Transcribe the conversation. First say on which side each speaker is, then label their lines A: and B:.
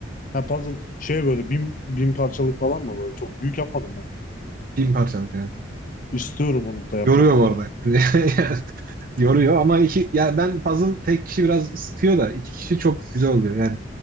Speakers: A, on the left; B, on the right.
A: Ha, puzzle şey böyle bin, bin parçalık falan mı böyle? Çok büyük yapmadım ben.
B: Bin parçalık yani.
A: İstiyorum onu da yapmak
B: Yoruyor bu
A: ya.
B: arada. <laughs> Yani Yoruyor ama iki, ya ben puzzle tek kişi biraz sıkıyor da iki kişi çok güzel oluyor yani.